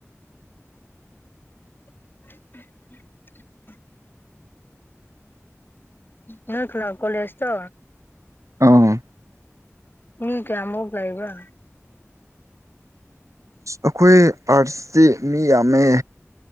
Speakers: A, on the left; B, on the right.
A: <inaudible> ꯅꯣꯏ ꯈꯜꯂꯥ ꯀꯣꯂꯦꯖꯇꯣ
B: ꯑꯥ
A: ꯃꯤ ꯀꯌꯥꯃꯨꯛ ꯂꯩꯕ꯭ꯔꯥ
B: ꯑꯈꯣꯏ ꯑꯥꯔꯠꯁ ꯇꯤ ꯃꯤ ꯌꯥꯝꯃꯦ